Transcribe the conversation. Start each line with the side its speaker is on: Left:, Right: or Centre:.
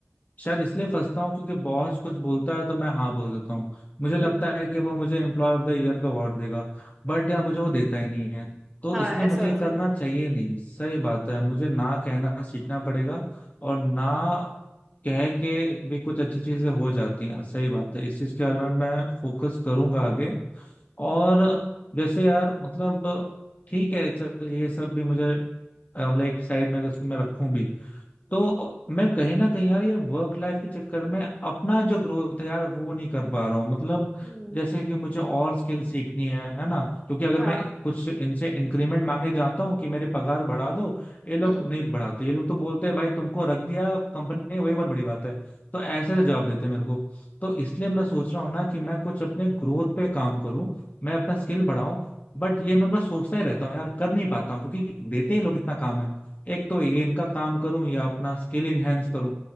Left: शायद इसलिए फंसता हूँ क्योंकि बॉस कुछ बोलता है तो मैं हाँ बोल देता हूँ मुझे
Centre: हम्म
Left: लगता है कि वो मुझे एम्प्लॉय ऑफ द ईयर का अवार्ड देगा बट यार मुझे वो देता ही नहीं है तो
Centre: हाँ
Left: इसलिए
Centre: ऐसा
Left: मुझे
Centre: होता
Left: ये करना
Centre: है
Left: चाहिए नहीं सही बात है मुझे ना कहना सीखना पड़ेगा और ना कह के भी कुछ अच्छी चीजें हो जाती हैं सही बात है इस चीज के बारे में मैं फोकस करूंगा आगे और जैसे यार मतलब ठीक है चल ये सब भी मुझे अ, मतलब एक साइड में अगर इसको मैं रखूं भी तो मैं कहीं ना कहीं यार ये वर्क लाइफ के चक्कर में अपना जो ग्रोथ है यार वो नहीं कर पा रहा हूँ मतलब
Centre: हम्म
Left: जैसे कि मुझे और स्किल सीखनी है है ना क्योंकि अगर
Centre: हाँ
Left: मैं कुछ इनसे इंक्रीमेंट मांगने जाता हूँ कि मेरी पगार बढ़ा दो ये लोग
Centre: हम्म
Left: नहीं बढ़ाते ये लोग तो बोलते हैं भाई तुमको रख दिया कंपनी ने वही बहुत बड़ी बात है तो ऐसे जवाब देते हैं मेरे को तो इसलिए मैं सोच रहा हूँ ना कि मैं कुछ अपने ग्रोथ पे काम करूँ मैं अपना स्किल बढ़ाऊं बट ये मैं बस सोचता ही रहता हूँ यार कर नहीं पाता हूँ क्योंकि देते ही लोग इतना काम है एक तो ये इनका काम करूं या अपना स्किल इनहेंस करूं